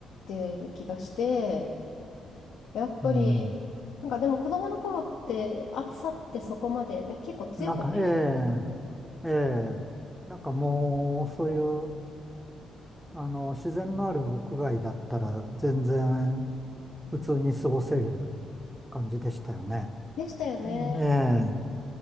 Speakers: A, on the left (about 80°); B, in the centre.
A: てる気がして、やっぱり、
B: うん。
A: なんかでも子供の頃って暑さってそこまで、ね、結構強くないです
B: なんか、ええ、ええ、なんかもう、そういう、あの、自然のある屋外だったら、全然、
A: うん
B: 普通に過ごせる感じでしたよね。
A: でしたよね。
B: うんええ、